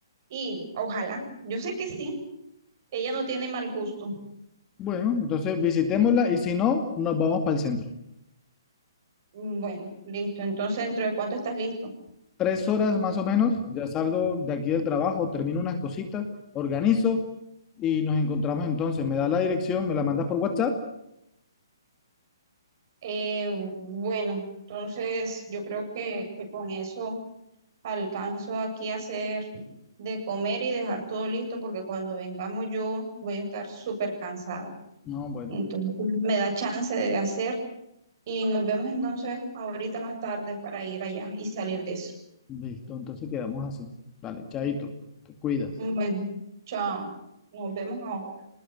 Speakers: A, on the right (about 50°); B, on the left (about 20°).
A: y ojalá, yo sé que sí, ella no tiene mal gusto.
B: bueno, entonces visitémosla y si no, nos vamos para el centro.
A: Mm, Bueno, listo, entonces ¿dentro de cuánto estás listo?
B: tres horas más o menos, ya salgo de aquí del trabajo, termino unas cositas, organizo y nos encontramos entonces. Me da la dirección, me la mandas por WhatsApp.
A: Eh, bueno, entonces yo creo que, que con eso alcanzo aquí a hacer de comer y dejar todo listo porque cuando vengamos yo voy a estar súper cansada.
B: No, bueno,
A: Entonces me da chance de hacer Y nos vemos entonces ahorita más tarde para ir allá y salir de eso.
B: listo, entonces quedamos así. Vale, chaito, te cuidas.
A: Bueno, chao. Nos vemos ahora.